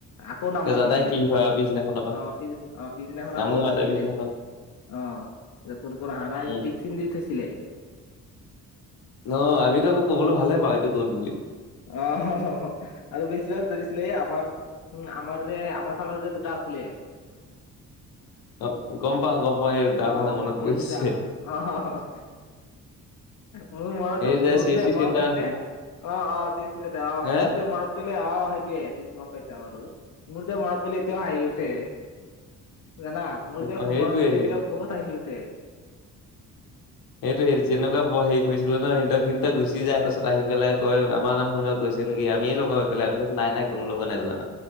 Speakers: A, on the left (about 60°); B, on the left (about 80°).
A: আকৌ নাম
B: এতিয়া
A: মাতিছিলে,
B: জানাই কি হয় আৰু পিছদিনাখনৰ পৰা
A: অ', পিছ, আহ পিছদিনাখন
B: নামো
A: আকৌ ধৰিছিলে।
B: মাতে পিছদিনাখন
A: অ', এতিয়া কোন কোন অহা নাই?
B: উম
A: টিক চিন দি থৈছিলে।
B: অ', আমিতো আকৌ ক'বলৈ ভালে পাওঁ, এইটো গ'ল বুলি।
A: অ', <unintelligible> আৰু বেছিভাগ ধৰিছিলে এই আমাৰ- উম, আমাৰ যে, আমাৰ ফালৰ যে দুটা আছিলে
B: অ গম পাওঁ গম পাওঁ এই দুটা
A: অ',
B: মোৰ মনত
A: সেইদুটা
B: পৰিছে
A: আকৌ <unintelligible> অ'। মোৰ মনত,
B: এই যে
A: মোৰ
B: চি এছ
A: দেই
B: চি
A: মনত
B: চেণ্টাৰ আছে
A: দে, অ', অ'। <unintelligible> অ',
B: হে
A: মোৰযে মনত পৰিলে, অ', সেইটোয়েই, তুমি গম পাইছা বাৰু। মোৰ যে মনত পৰিলে এতিয়াও হাঁহি উঠে, জানা? মোৰ যে
B: অ সেইটোৱে
A: মনত পৰিলে এতিয়াও বহুত হাঁহি উঠে।
B: সেইটোৱেই, যেনেকুৱা ব হেৰি কৰিছিলো ন সিহতক, সিহঁত গুচি যায়, তাৰপিছত আহি পেলাই কয়, আমাৰ নাম কোনোবাই কৈ ছে নেকি? আমিয়েই লগাও ইফালে, আমি কওঁ নাই নাই, কোনো লগোৱা নাই জানা।